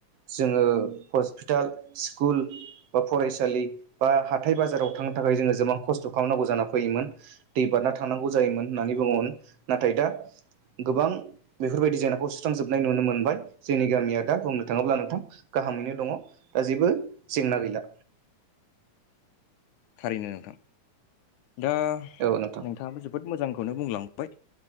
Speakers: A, on the right (about 60°); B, on the left (about 80°).
A: <unintelligible> थाखाय जोङो गोबां खस्थ' खालामनांगौ जाना फैयोमोन दै बारना थांनांगौ जायोमोन होननानै बुङोमोन नाथाय दा गोबां बेफोरबायदि जेंनाखौ सुस्रांजोबनाय नुनो मोनबाय। जोंनि गामिया दा बुंनो थाङोब्ला नोंथां गाहामैनो दङ दा जेबो जेंना गैला।
B: थारैनो नोंथां दा
A: औ नोंथां
B: नोंथाङाबो जोबोद मोजां खौनो बुंलांबाय